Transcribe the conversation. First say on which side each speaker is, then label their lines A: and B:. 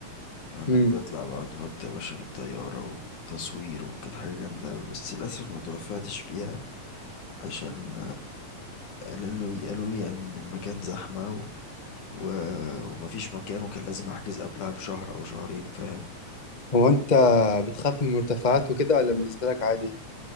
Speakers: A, on the left; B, on the left.
A: انك
B: امم
A: تطلع بقى تنط يا باشا من الطيارة وتصوير وكانت حاجة جامدة بس للأسف ما توفقتش فيها عشان قالوا لي قالوا لي يعني ان المكان زحمة و... و... ومفيش مكان وكان لازم احجز قبلها بشهر او شهرين فاهم
B: هو انت بتخاف من المرتفعات وكده ولا بالنسبة لك عادي